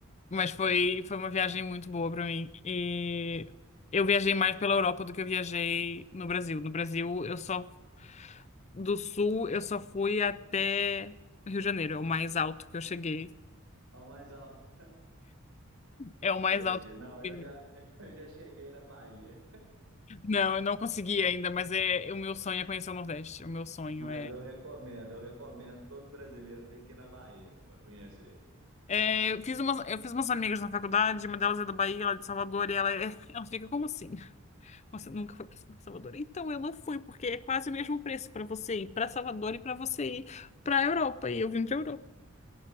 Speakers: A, on the left; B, on the right.
A: Mas foi, foi uma viagem muito boa pra mim. E eu viajei mais pela Europa do que eu viajei no Brasil. No Brasil, eu só do sul, eu só fui até Rio de Janeiro, é o mais alto que eu cheguei.
B: Ao mais alto.
A: É o mais
B: Entendi.
A: alto que
B: Não,
A: eu
B: eu
A: cheguei.
B: já, <laughs> eu já cheguei na Bahia,
A: Não, eu não consegui ainda, mas é o meu sonho é conhecer o Nordeste. O meu sonho
B: mas
A: é
B: eu recomendo, eu recomendo, todo brasileiro tem que ir na Bahia para conhecer.
A: é, eu fiz umas, eu fiz umas amigas na faculdade, uma delas é da Bahia, ela é de Salvador, e ela, é- <laughs> ela fica, como assim? Você nunca foi para Salvador. Então eu não fui, porque é quase o mesmo preço para você ir para Salvador e para você ir para Europa. E eu vim para Europa.